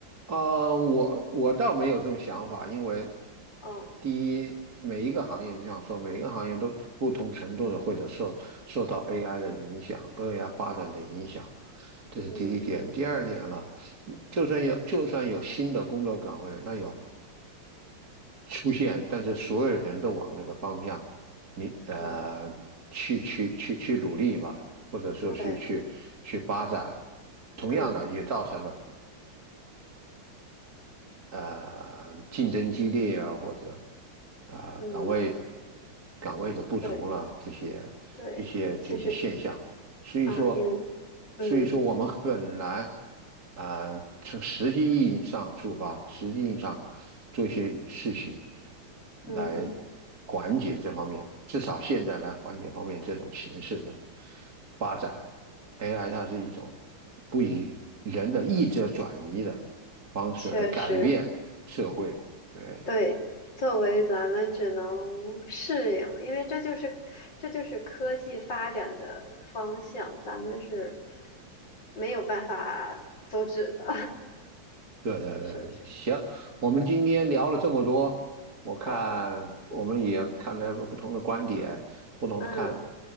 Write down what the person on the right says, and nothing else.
呃，我我倒没有这种想法，因为
第一，每一个行业就像说，每一个行业都不同程度的会者受受到 AI 的影响，AI 发展的影响，这是第一点。
第二点了，就算有就算有新的工作岗位，那有出现，但是所有人都往那个方向，你呃去去去去努力吧，
或者说去去去发展，
同样的也造成了。
呃竞争激烈啊，或者啊、
岗位岗位的不足了这些
一些这些现象，
所以说
所以说我们很难啊、呃从实际意义上出发，实际意义上做一些事情
来缓解这方面，至少现在来缓解方面这种形式的发展。AI 它是一种不以人的意志而转移的。方式来改变社会。
对，
对对对，
行，我们今天聊了这么多，
我看我们也看了不同的观点，
不同的看，